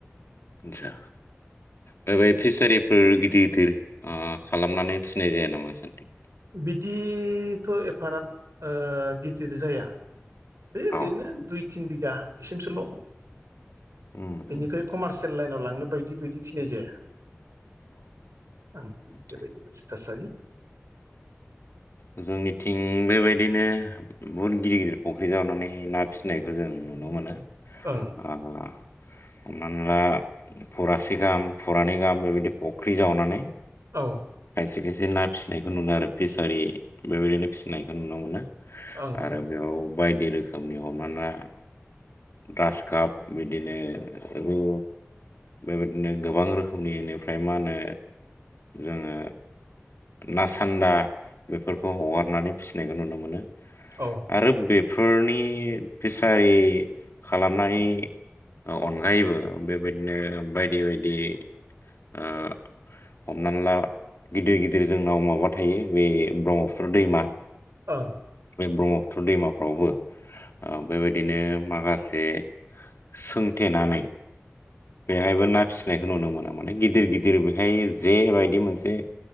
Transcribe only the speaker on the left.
आदसा दा बै फिसारिफोर गिदिर गिदिर ओ खालामनानै फिसिनाय जाया नामा नोंसानिथिं
औ
उम
उम
अ
जोंनिथिं बेबायदिनो बुहुद गिदिर गिदिर फख्रि जावानानै ना फिसिनायखौ जों नुनो मोनो ओ
हमनानै ला फुरासे गाहाम फुरानै गाहाम बेबायदि फख्रि जावनानै
खायसे खायसे ना फिसिनायखौ नुनो आरो फिसारि बेबायदिनो फिसिनायखौ नुनो मोनो
आरो बेयाव बायदि रोखोमनि हमनानै ला ग्रासकाप बिदिनो रौ बेबायदिनो गोबां रोखोमनि इनिफ्राय मा होनो जोङो नासान्दा बेफोरखौ हगारनानै फिसिनायखौ नुनो मोनो
आरो बे‌ फोरनि फिसारि खालामनाय औ अनगायैबो बेबायदिनो बायदि बायदि ओ हमनानै ला गिदिर गिदिर जोंनाव माबा थायो बे ब्रह्मपुत्र दैमा
बे ब्रह्मपुत्र दैमाफ्रावबो ओ बेबायदिनो माखासे सोंथेनानै बेहायबो ना फिसिनायखौ नुनो मोनो माने गिदिर गिदिर बेहाय जेबायदि मोनसे